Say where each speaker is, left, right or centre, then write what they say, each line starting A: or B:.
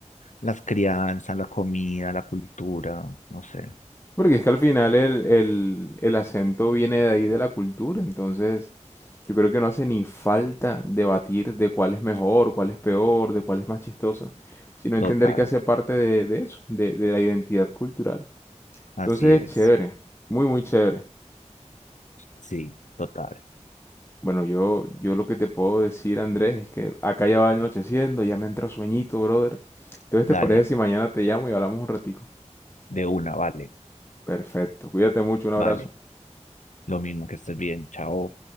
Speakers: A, on the left; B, on the left.
A: las crianzas, la comida, la cultura, no sé,
B: Porque es que al final el, el, el acento viene de ahí de la cultura. Entonces, yo creo que no hace ni falta debatir de cuál es mejor, cuál es peor, de cuál es más chistoso. Sino entender
A: total,
B: que hace parte de, de eso, de, de la identidad cultural.
A: así
B: Entonces
A: es,
B: es chévere. Muy, muy chévere.
A: sí, total,
B: Bueno, yo, yo lo que te puedo decir, Andrés, es que acá ya va anocheciendo, ya me entra sueñito, brother. Entonces, ¿te
A: dale,
B: parece si mañana te llamo y hablamos un ratico?
A: de una, vale,
B: Perfecto, cuídate mucho, un abrazo.
A: vale, lo mismo que estés bien, chao.